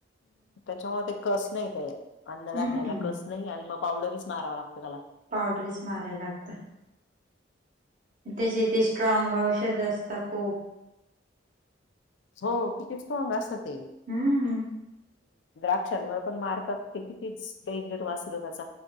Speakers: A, on the left; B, on the right.
A: त्यांच्यामुळे ते कसं नाहीं ते अन्नदानण्यांला
B: हम्म
A: कसं नाहीं आणि मंग पावडरची मारावां लागते त्यांला
B: पावडरची मारांयला लागतं त्यांचे ते स्ट्रॉग औषध असतांत खूंप
A: हो किती स्ट्रॉंग असतं ते
B: हम्म
A: द्राक्षांवरं पणं मारतांत ते कितीचं डेंजर वासं त्यांचा